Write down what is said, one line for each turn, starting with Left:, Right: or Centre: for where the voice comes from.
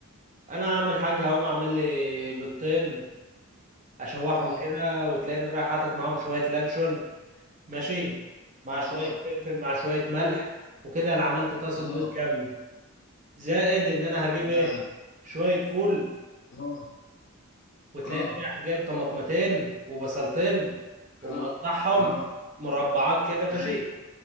Right: انا هعمل حاجة هقوم اعمل لي بيضتين اشوحهم
Left: آه
Right: كده وتلاقيني رايح حاطط معاهم شوية لانشون ماشي مع شوية
Left: آه
Right: فلفل مع شوية ملح وكده انا عملت طاسة
Left: اه
Right: بيض جامدة زائد ان انا هجيب
Left: ده
Right: ايه شوية فول
Left: اه
Right: وتلاقيني
Left: اه
Right: رايح جايب طماطمتين وبصلتين ومقطعهم
Left: اه اه
Right: مربعات كده ماشي
Left: ايوه